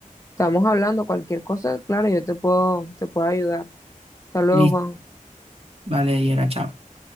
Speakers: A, on the left; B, on the right.
A: estamos hablando cualquier cosa, claro, yo te puedo te puedo ayudar. Hasta luego,
B: Listo,
A: Juan.
B: vale, y era, chao.